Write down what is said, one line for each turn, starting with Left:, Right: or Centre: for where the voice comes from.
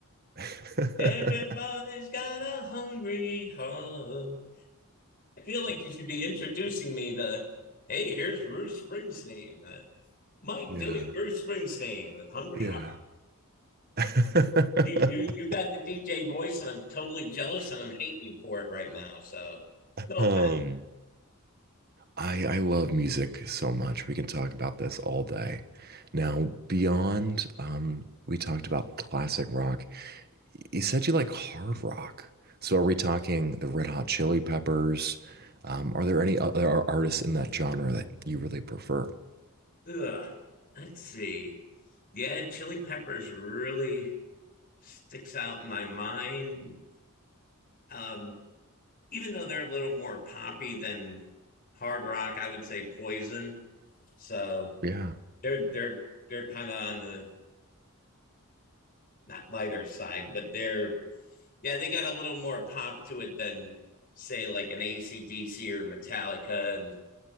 Right: <laughs>
Left: Everybody's got a hungry heart. I feel like you should be introducing me to, hey, here's Bruce Springsteen. Uh, Mike
Right: Yeah.
Left: doing Bruce Springsteen with Hungry
Right: Yeah.
Left: Heart.
Right: <laughs>
Left: You, you you got the DJ voice, and I'm totally jealous, and I'm hating you for it right now. So no
Right: Um, I I love music so much. We can talk about this all day. Now, beyond um, we talked about classic rock. You said you like hard rock. So are we talking the Red Hot Chili Peppers? Um, are there any other artists in that genre that you really prefer?
Left: Ugh. Let's see. Yeah, chili peppers really sticks out in my mind. Um, even though they're a little more poppy than hard rock, I would say poison. So
Right: Yeah,
Left: they're they're they're kind of on the not lighter side, but they're yeah, they got a little more pop to it than say like an ACDC or Metallica. And